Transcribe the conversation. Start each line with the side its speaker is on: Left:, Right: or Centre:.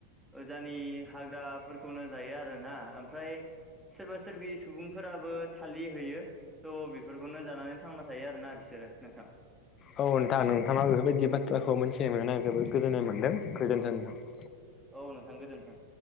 Centre: ओजानि हाग्राफोरखौनो जायो आरोना ओमफ्राय सोरबा सोरबि सुबुंफोराबो थालि होयो। स' बेफोरखौनो जानानै थांबाय थायो आरोना बिसोरो नोंथां।
Left: औ नोंथां नोंथांङा बेफोरबायदि बाथ्राखौ मोन्थिनो मोननानै आं जोबोद गोजोननाय मोनदों गोजोन्थों नोंथां।
Centre: औ नोंथां गोजोन्थों।